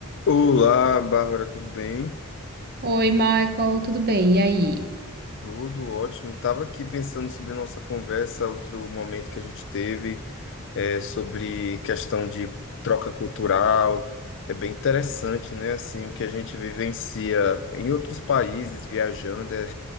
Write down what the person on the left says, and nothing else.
Olá, Bárbara, tudo bem?
Tudo ótimo. Estava aqui pensando sobre nossa conversa, outro momento que a gente teve, é, sobre questão de troca cultural. É bem interessante, né? Assim, o que a gente vivencia em outros países viajando é